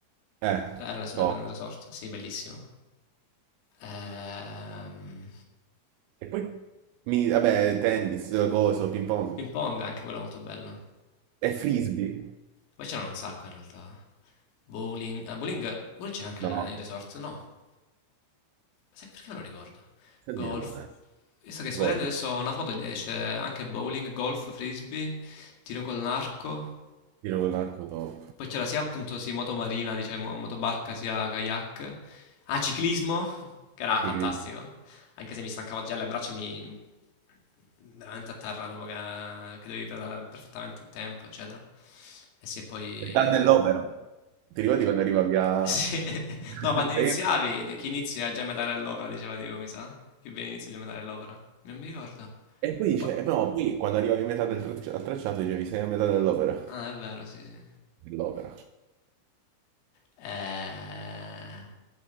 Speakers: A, on the right; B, on the left.
A: Eh,
B: era il res- era
A: top.
B: il resort, sì, bellissimo. Ehm,
A: E poi, mi, vabbè, tennis, coso, ping pong.
B: ping pong, anche quello molto bello.
A: E frisbee?
B: Poi c'erano un sacco in realtà. Bowling, ah, bowling, bowling c'era anche
A: No,
B: nel nel resort, no? Sai perché non ricordo?
A: senti
B: Golf.
A: no, eh.
B: Io sto che sto
A: Gol,
B: vedendo adesso una foto, eh, c'è anche bowling, golf, frisbee, tiro con l'arco.
A: tiro con l'arco top.
B: Poi c'era sia appunto sì, moto marina, diciamo, motobarca, sia kayak. Ah, ciclismo, che era
A: Ci
B: fantastico,
A: credi.
B: anche se mi stancavo già le braccia, mi veramente a terra dopo che, che dovevi pedalare perfettamente a tempo, eccetera. E sì, e poi...
A: Metà dell'opera. Ti ricordi
B: e-
A: quando arriva via...
B: <laughs> sì.
A: <laughs>
B: No, quando
A: Sei
B: iniziavi,
A: a-
B: chi inizia è già a metà dell'opera, diceva tipo, mi sa. Chi bene inizia è già a metà dell'opera. Non mi ricordo.
A: E poi dice,
B: Poi...
A: e no, poi quando arrivavi a metà del traccia- al tracciato dicevi sei a metà dell'opera.
B: Ah, è vero, sì, sì.
A: Dell'opera.
B: Eh,